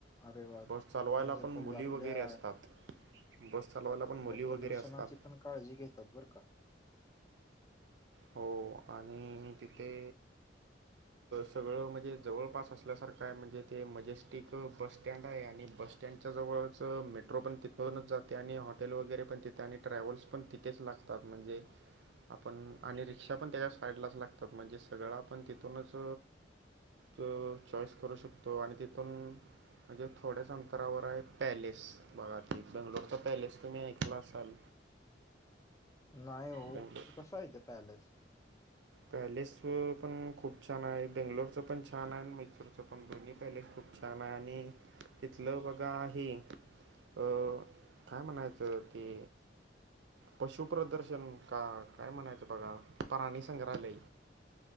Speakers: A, on the left (about 15°); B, on the right (about 70°).
A: अरेवळा
B: बस चालवायला
A: म्हणजे
B: पण
A: पल्लू
B: मुली
A: आपल्या
B: वगैरे असतात बस चालवायला पण
A: आपल्या
B: मुली
A: प्रदूषणाची
B: वगैरे असतात
A: पण काळजी घेतात बरं का?
B: हो आणि तिथे सगळं म्हणजे जवळपास असल्यासारखं आहे म्हणजे ते मजेस्टिक बस स्टँड आहे आणि बस स्टँडच्या जवळच मेट्रो पण तिथूनच जाते आणि हॉटेल वगैरे पण तिथे आणि ट्रॅव्हल्स पण तिथ तेच लागतात म्हणजे आपण आणि रिक्षा पण त्याच्या साईडलाच लागतात. म्हणजे सगळां पण तिथूनच तो चॉईस करू शकतो आणि तिथून म्हणजे थोड्याच अंतरावर आहे. पॅलेस बघा ती बेंगलोरचा पॅलेस तुम्ही ऐकला असाल.
A: नाही ओ
B: बेंगलोर
A: कसं य ते पॅलेस.
B: पॅलेस पण खूप छान आहे. बेंगलोरचं पण छान आहे आणि मैसूरच पण दोन्ही पॅलेस खूप, छान आहे. आणि तिथलं बघा हे अ काय म्हणायचं ती पशुप्रदर्शन का काय म्हणायचं बघा प्राणी संग्रहालय.